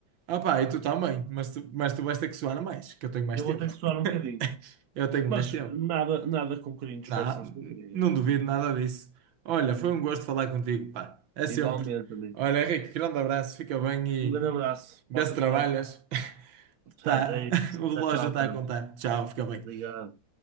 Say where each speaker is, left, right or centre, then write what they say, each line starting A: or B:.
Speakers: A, on the right; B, on the right.
A: Ah pá, e tu também, mas tu, mas tu vais ter que suar mais, que eu tenho mais
B: E Eu
A: tempo.
B: vou ter que suar
A: <laughs>
B: um bocadinho.
A: Eu tenho
B: Mas
A: mais tempo.
B: nada, nada com um bocadinho de
A: Não,
B: esforço, não se consegue.
A: não duvido nada disso. Olha, foi um gosto falar contigo, pá. É sempre.
B: Igualmente, amigo.
A: Olha, Henrique, grande abraço, fica bem e
B: Um grande abraço.
A: vê
B: Porta-te
A: se trabalhas.
B: bem.
A: <laughs>
B: <laughs>
A: Tá,
B: é isso.
A: <laughs> o relógio
B: Tchau, tchau,
A: está
B: Carlos.
A: a contar. Tchau, fica bem.
B: Obrigado.